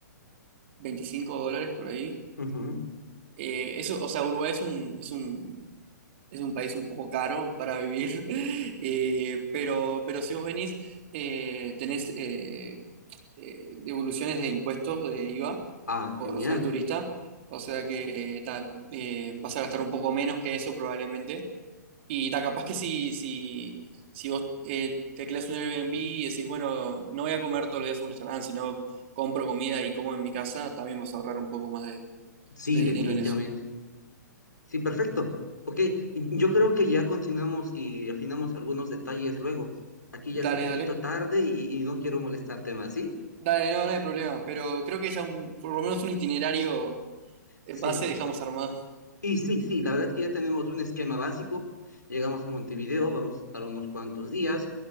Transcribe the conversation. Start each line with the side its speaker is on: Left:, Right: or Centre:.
Right: 25 dólares por ahí.
Left: Ujú.
Right: Eh, eso, o sea, Uruguay es un, es un Es un país un poco caro para vivir, <laughs> eh, pero, pero si vos venís, eh, tenés eh, eh, devoluciones de impuestos de IVA
Left: Ah,
Right: por
Left: genial.
Right: ser turista, o sea que ta, eh, vas a gastar un poco menos que eso probablemente. Y ta, capaz que si, si, si vos eh, tecleas un Airbnb y decís, bueno, no voy a comer todos los días en un restaurante, sino compro comida y como en mi casa, también vas a ahorrar un poco más de
Left: Sí,
Right: de
Left: definitivamente.
Right: dinero en eso.
Left: Sí, perfecto. Ok, y yo creo que ya continuamos y afinamos algunos detalles luego. Aquí ya
Right: Dale,
Left: es un poquito
Right: dale.
Left: tarde y, y no quiero molestarte más, ¿sí?
Right: Dale, no, no hay problema, pero creo que ya un, por lo menos un itinerario eh,
Left: Sí.
Right: base dejamos armado.
Left: Y sí, sí, la verdad que ya tenemos un esquema básico. Llegamos a Montevideo, vamos a estar unos cuantos días,